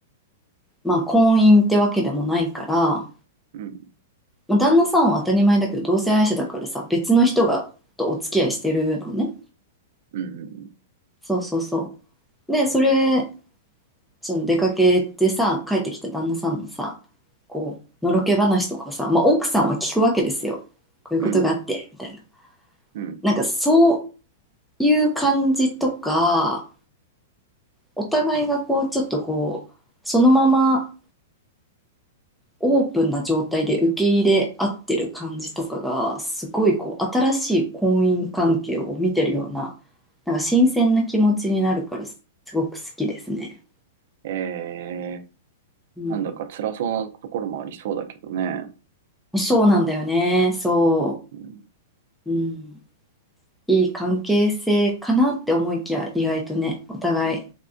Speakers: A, in the centre; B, on the right (about 55°).
A: まあ、婚姻ってわけでもないから、
B: うん、
A: まあ、旦那さんは当たり前だけど、同性愛者だからさ、別の人がとお付き合いしてるのね。
B: うん、
A: そうそうそう。で、それその出かけてさ、帰ってきた旦那さんのさ、こう、のろけ話とかをさ、まあ、奥さんは聞くわけですよ。こういうことがあって、
B: うん。
A: みたいな。
B: うん
A: なんかそういう感じとか、お互いがこう、ちょっとこう、そのままオープンな状態で受け入れ合ってる感じとかが、すごいこう、新しい婚姻関係を見てるような、なんか新鮮な気持ちになるから、すごく好きですね。
B: えー、
A: うん。
B: なんだか辛そうなところもありそうだけどね。
A: そうなんだよね。そ
B: うん、
A: う。うん。いい関係性かなって思いきや意外とねお互い、